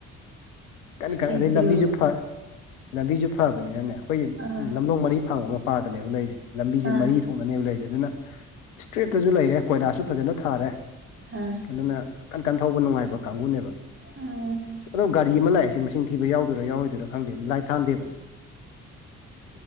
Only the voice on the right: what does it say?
ꯁ꯭ꯀꯦꯗꯨꯜ
ꯑꯥ
ꯑꯥ
ꯑꯥ
ꯎꯝ